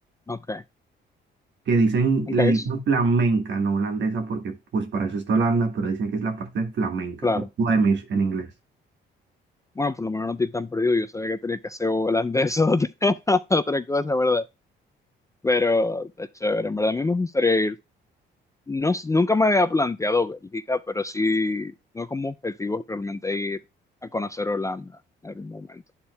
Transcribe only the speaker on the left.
Ok,
ok,
s-
claro.
Bueno, por lo menos no estoy tan perdido, yo sabía que tenía que ser holandés o otra, <laughs> otra cosa, ¿verdad? Pero está chévere, en verdad a mí me gustaría ir. No, s- nunca me había planteado Bélgica, pero sí, no como objetivo realmente ir a conocer Holanda en algún momento.